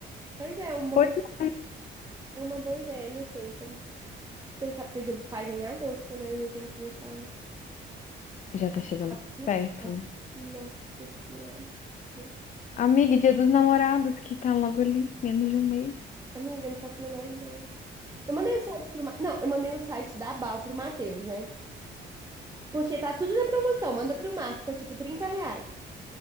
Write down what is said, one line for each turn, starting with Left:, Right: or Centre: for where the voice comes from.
Right: pois é, um bom,
Left: Pois é,
Right: é uma boa ideia, não sei, temos que pensar, porque o Dia dos Pais é em agosto, né? Eu já tenho que começar.
Left: já tá chegando
Right: Tá tudo
Left: perto.
Right: bom. Nossa Senhora. Deus.
Left: Amiga, e Dia dos Namorados, que tá logo ali, menos de um mês.
Right: Amiga, eu não faço a menor ideia. Eu mandei o site pro. Ma- Não, eu mandei o site da Bal pro Matheus, né? Porque tá tudo na promoção. Manda pro Marcos, é tipo 30 reais.